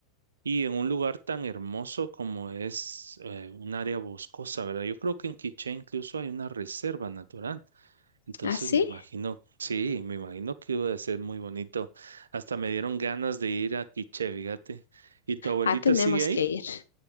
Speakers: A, on the right; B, on the left.
A: Y en un lugar tan hermoso como es eh, un área boscosa, ¿verdad? Yo creo que en Quiché incluso hay una reserva natural. Entonces
B: Ah, sí,
A: me imagino, sí, me imagino que iba a ser muy bonito. Hasta me dieron ganas de ir a Quiché, fíjate. ¿Y tu abuelita
B: ah, tenemos
A: sigue ahí?
B: que ir.